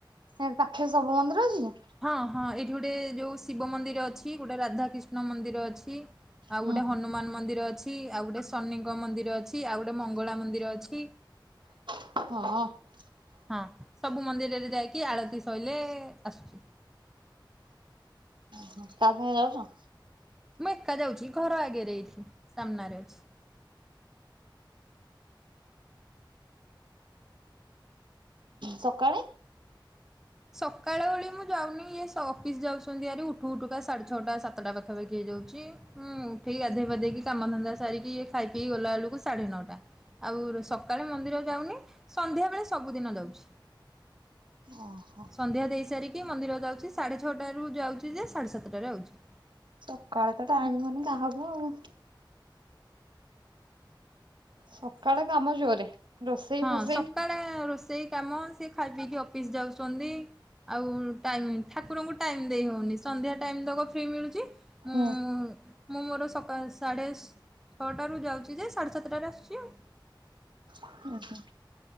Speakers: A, on the right; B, in the centre.
A: ସିଆଡେ ପାଖେରେ ସବୁ ମନ୍ଦିର ଅଛି?
B: ହଁ ହଁ ଏଇଠି ଗୋଟେ ଯୋଉ ଶିବ ମନ୍ଦିର ଅଛି, ଗୋଟେ ରାଧାକ୍ରିଷ୍ଣ ମନ୍ଦିର ଅଛି। ଆଉ
A: ହୁଁ
B: ଗୋଟେ ହନୁମାନ ମନ୍ଦିର ଅଛି, ଆଉ ଗୋଟେ ଶନିଙ୍କ ମନ୍ଦିର ଅଛି, ଆଉ ଗୋଟେ ମଙ୍ଗଳା ମନ୍ଦିର ଅଛି।
A: ହଁ।
B: ହଁ। ସବୁ ମନ୍ଦିରରେ ଯାଇକି ଆଳତି ଶଇଲେ ଆସୁଚି।
A: କାହା ସାଙ୍ଗେ ଯାଉଚ?
B: ମୁଁ ଏକା ଯାଉଚି ଘର ଆଗେରେ ଏଇଠି ସାମ୍ନାରେ ଅଛି।
A: ସକାଳେ?
B: ସକାଳ ଓଳି ମୁଁ ଯାଉନି ଇଏ ଅଫିସ୍ ଯାଉଛନ୍ତି ଭାରି ଉଠୁ ଉଠୁକା ସାଢ଼େ ଛଅଟା ସାତଟା ପାଖାପାଖି ହେଇଯାଉଚି। ହୁଁ ଉଠିକି ଗାଧେଇ ପାଧେଇକି କାମଧନ୍ଦା ସାରିକି ଇଏ ଖାଇ ପିଇକି ଗଲା ବେଳକୁ ସାଢେ ନଅ ଟା। ଆଉ ସକାଳେ ମନ୍ଦିର ଯାଉନି। ସନ୍ଧ୍ୟାବେଳେ ସବୁଦିନ ଯାଉଚି।
A: ଓହୋ
B: ସନ୍ଧ୍ୟା ଦେଇସାରିକି ମନ୍ଦିର ଯାଉଚି, ସାଢ଼େ ଛଅଟାରୁ ଯାଉଚି ଯେ ସାଢ଼େ ସାତଟାରେ ଆଉଚି।
A: ସକାଳେ ତ ଟାଇମ ହଉନି କାହାକୁ ଆଉ। ସକାଳେ କାମ ଜୋରେ। ରୋଷେଇ
B: ହଁ
A: ଫୋଷେଇ
B: ସକାଳେ ରୋଷେଇ କାମ। ସେ ଖାଇ ପିଇକି ଅଫିସ୍ ଯାଉଛନ୍ତି। ଆଉ ଟାଇମି ଠାକୁରଙ୍କୁ ଟାଇମ୍ ଦେଇ ହଉନି। ସନ୍ଧ୍ୟା ଟାଇମ୍ ତକ ଫ୍ରି ମିଳୁଚି। ମୁଁ
A: ହୁଁ
B: ମୁଁ ମୋର ସକାଳ ସାଢ଼େ ଛଅଟାରୁ ଯାଉଚି ଯେ ସାଢ଼େ ସାତଟାରେ ଆସୁଚି ଆଉ।
A: ଉଁ ହୁଁ।